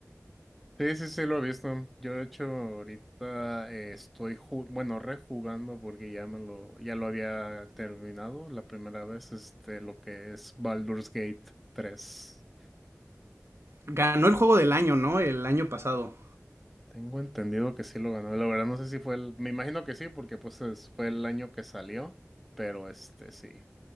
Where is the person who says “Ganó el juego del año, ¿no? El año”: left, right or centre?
Right